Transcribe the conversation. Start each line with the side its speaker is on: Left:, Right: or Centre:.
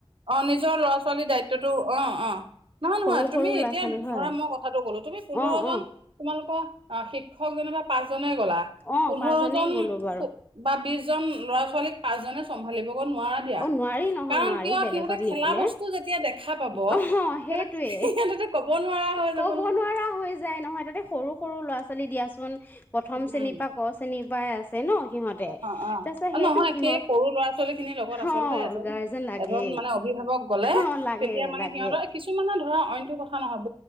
Right: অ নিজৰ ল'ৰা ছোৱালীৰ দায়িত্বটো, অ অ নহয়
Left: সৰু
Right: নহয় তুমি
Left: সৰু ল'ৰা
Right: এতিয়া
Left: ছোৱালী হয়
Right: ধৰা মই কথাটো কলো। তুমি পোন্ধৰ
Left: অ
Right: জন
Left: অ
Right: তোমালোকৰ অ শিক্ষক যেনিবা পাঁচ নে গলা
Left: অ
Right: পোন্ধৰ
Left: পাঁচজনেই
Right: জন
Left: গ'লো বাৰু
Right: বা বিছজন ল'ৰা ছোৱালীক পাঁচজনে চম্ভালি নোৱাৰা দিয়া।
Left: অ নোৱাৰি নহয়
Right: কাৰণ
Left: নোৱাৰি
Right: কিয়
Left: বেলেগত
Right: সিহঁতে খেলা
Left: নি পেলে।
Right: বস্তু যেতিয়া দেখা পাব
Left: অ
Right: সিহঁতক
Left: সেইটোৱে
Right: সিহঁতেতো ক'ব নোৱাৰা হৈ
Left: ক'ব
Right: যাব নহয়।
Left: নোৱাৰা হৈ যায় নহয়। তাতে সৰু সৰু ল'ৰা ছোৱালী দিয়া চো চোন প্ৰথম
Right: উম।
Left: শ্ৰেণীৰ পা ক শ্ৰেণী বাই আছে ন? সিহঁতে
Right: অ
Left: তাৰপিছত
Right: অ
Left: সেইটো
Right: নহয়।
Left: সিহঁত
Right: সেই সৰু ল'ৰা ছোৱালী খিনি লগত আচলতে
Left: অ', গাৰ্জেন লাগে
Right: এজন মানে অভিভাৱক গলে
Left: অ', লাগে
Right: তেতিয়া মানে
Left: লাগে
Right: সিহঁতৰ কিছুমানৰ ধৰা অন এইটো কথা নহব